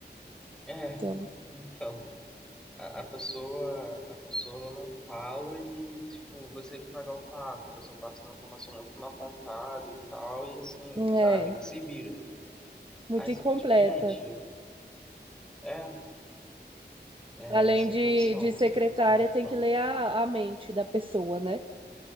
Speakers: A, in the centre; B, on the right.
A: É, <laughs>
B: Então,
A: então. A, a pessoa, a pessoa ela não fala e, tipo, você tem que pagar o pato. A pessoa passa uma informação muito mal contada e tal, e assim,
B: é
A: ah, meio que se vira.
B: muito
A: Aí
B: incompleta.
A: você fica tipo, gente, é, é
B: Além
A: sem
B: de,
A: condição,
B: de secretária,
A: sem condição total.
B: tem que ler a, a mente da pessoa, né?